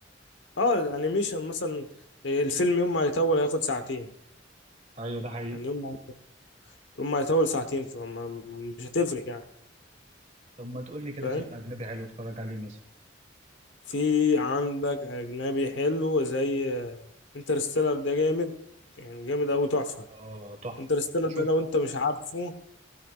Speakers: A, on the left (about 70°); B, on the right (about 35°).
A: اه الانيميشن مثلا آه، الفيلم يوم ما هيطول هياخد ساعتين
B: ايوه ده حقيقي
A: يعني يوم ما يوم ما هيطول ساعتين فما مش هتفرق يعني
B: طب ما تقول لي كده
A: فاهم
B: فيلم اجنبي حلو اتفرج عليه مثلا
A: في عندك اجنبي حلو زي انترستيلر ده جامد يعني جامد قوي تحفه
B: اه تحفه
A: انترستيلر
B: شوف
A: ده لو انت مش عارفه